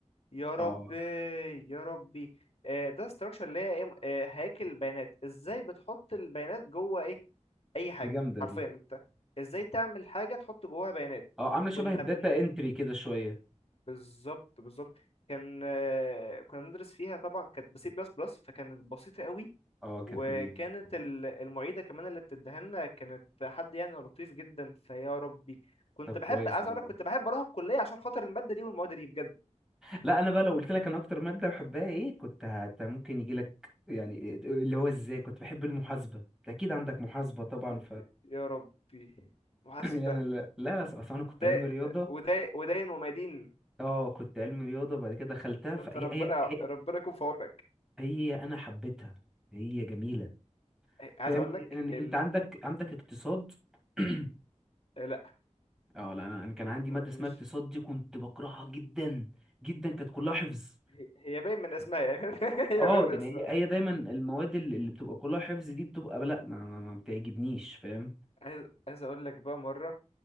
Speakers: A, on the left (about 55°); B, in the centre.
A: يا ربي
B: اه
A: يا ربي داتا ستراكشر اللي هي إيه؟ آه، هياكل بيانات ازاي بتحط البيانات جوه ايه اي حاجه
B: دي جامدة
A: حرفيا
B: دي
A: انت ازاي تعمل حاجه تحط جواها بيانات
B: اه عاملة شبه
A: كنا
B: الداتا
A: بنت
B: انتري كده شوية
A: بالظبط بالظبط كان آه، كنا بندرس فيها طبعا كانت بسي بلس بلس فكانت بسيطه قوي
B: اه كانت
A: وكانت
B: جميلة
A: ال- المعيدة كمان اللي بتديها لنا كانت حد يعني لطيف جدا فيا ربي كنت
B: طب
A: بحب
B: كويس
A: عايز
B: والله
A: اقول لك كنت بحب اروح الكلية عشان خاطر المادة دي والمواد دي بجد
B: لا انا بقى لو قلت لك انا اكتر مادة بحبها ايه كنت هت... ممكن يجي لك يعني اللي هو ازاي كنت بحب المحاسبة أنت اكيد عندك محاسبة طبعا
A: ي- يا ربي محاسبة
B: <laughs> لا لا لا لا، اصل انا كنت
A: ده
B: علمي رياضه
A: وده ودين ومدين
B: اه كنت علمي رياضه وبعد كده دخلتها
A: ده
B: فهي
A: انت ربنا
B: هي هي,
A: ربنا يكون في عونك
B: هي انا حبيتها هي جميله
A: إيه، عايز
B: فاهم
A: اقول لك
B: إن انت
A: ال...
B: عندك عندك اقتصاد <clears throat>
A: إيه، لا
B: اه لا انا أنا كان عندي
A: ما
B: ماده
A: عنديش
B: اسمها اقتصاد دي كنت بكرهها جدا جدا كانت كلها حفظ
A: هي هي باين من اسمها يعني <laughs> هي
B: اه
A: باين من
B: يعني
A: اسمها
B: هي هي دايما المواد اللي اللي بتبقى كلها حفظ دي بتبقى لا ما, ما, ما بتعجبنيش فاهم
A: عايز عايز اقول لك بقى مرة